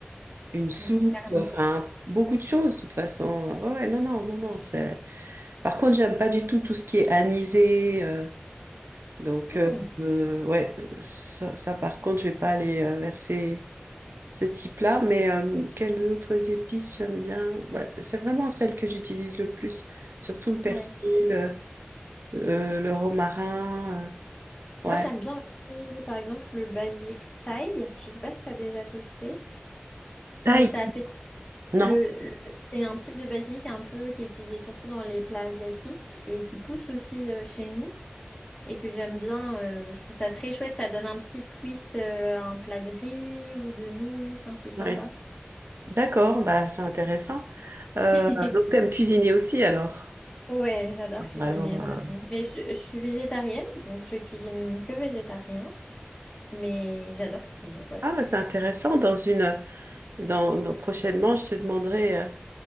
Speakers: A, on the right; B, on the left.
A: une soupe.
B: mm, Carrément.
A: Enfin,
B: <laughs>
A: beaucoup de choses, de toute façon. Ouais, ouais, non, non, non, non. C'est. Par contre, j'aime pas du tout tout ce qui est anisé. euh, Donc,
B: Hmm,
A: euh, euh, ouais, euh, ça, ça, par contre, je vais pas aller euh, vers ces- ce type-là, mais euh, quelles autres épices j'aime bien? Bah, c'est vraiment celles que j'utilise le plus, surtout le persil,
B: ouais.
A: euh, euh, le romarin,
B: Moi,
A: euh, ouais.
B: j'aime bien aussi, par exemple, le basilic thaï. Je sais pas si tu as déjà testé,
A: Taille.
B: mais ça fait
A: Non?
B: Le, le- c'est un type de basilic un peu qui est utilisé surtout dans les plats asiatiques et qui pousse aussi euh, chez nous et que j'aime bien. euh, je trouve ça très chouette. Ça donne un petit twist euh, à un plat de riz ou de nouilles. Enfin, c'est sympa.
A: Ouais. D'accord, bah, c'est intéressant. Euh,
B: <laughs>
A: donc, t'aimes cuisiner aussi, alors?
B: Ouais, j'adore cuisiner
A: Alors, euh,
B: vraiment. Mais je, je suis végétarienne, donc je cuisine que végétarien. Mais j'adore cuisiner, ouais.
A: ah, bah, c'est intéressant. Dans une, dans, dans- prochainement, je te demanderai. euh,